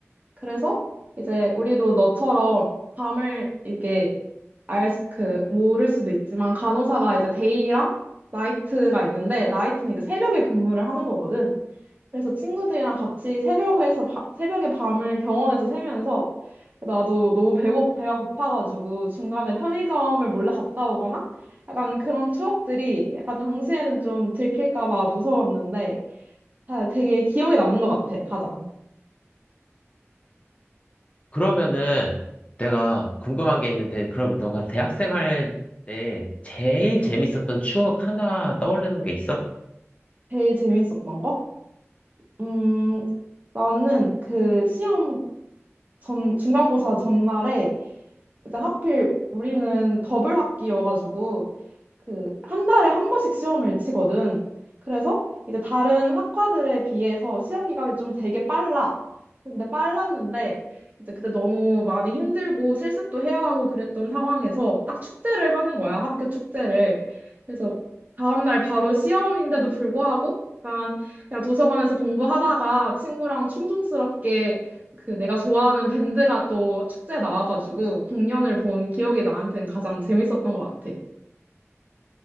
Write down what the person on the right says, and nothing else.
그래서 이제 우리도 너처럼 밤을 이렇게 알, 수- 그, 모를 수도 있지만 간호사가 이제 데이랑 나이트가 있는데 나이트는 이제 새벽에 근무를 하는 거거든. 그래서 친구들이랑 같이 새벽에서, 바- 새벽에 밤을 병원에서 새면서 나도 너무 배고, 배가 고파가지고 중간에 편의점을 몰래 갔다 오거나 약간 그런 추억들이 약간 당시에는 좀 들킬까 봐 무서웠는데 아, 되게 기억에 남는 것 같아, 가장.
제일 재밌었던 거? 음, 나는 그 시험 전, 중간고사 전날에 이제 하필 우리는 더블 학기여가지고 그 한 달에 한 번씩 시험을 치거든. 그래서 이제 다른 학과들에 비해서 시험 기간이 좀 되게 빨라. 근데 빨랐는데 이제 그때 너무 많이 힘들고 실습도 해야 하고 그랬던 상황에서 딱 축제를 하는 거야. 학교 축제를. 그래서 다음날 바로 시험인데도 불구하고 약간 그냥 도서관에서 공부하다가 친구랑 충동스럽게 그 내가 좋아하는 밴드가 또 축제에 나와가지고 공연을 본 기억이 나한테는 가장 재밌었던 것 같아.